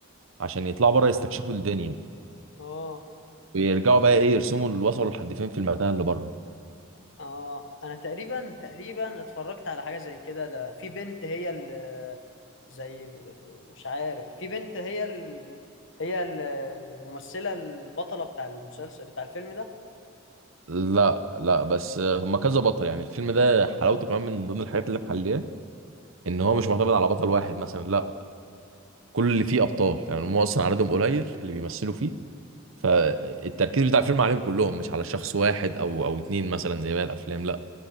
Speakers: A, on the right; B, on the left.
A: عشان يطلعوا بره يستكشفوا الدنيا
B: اه
A: ويرجعوا بقى ايه يرسموا اللي وصلوا لحد فين في المكان اللي بره
B: اه انا تقريبا تقريبا اتفرجت على حاجة زي كده ده في بنت هي اللي زي مش عارف في بنت هي ال... هي ال- الممثلة البطلة بتاع المسلسل بتاع الفيلم ده
A: لا لا بس هم كذا بطل يعني الفيلم ده حلاوته كمان من ضمن الحاجات اللي محليه ان هو مش معتمد على بطل واحد مثلا لا كل اللي فيه ابطال يعني هم اصلا عددهم قليل اللي بيمثلوا فيه فالتركيز بتاع الفيلم عليهم كلهم مش على شخص واحد او او اتنين مثلا زي باقي الافلام لا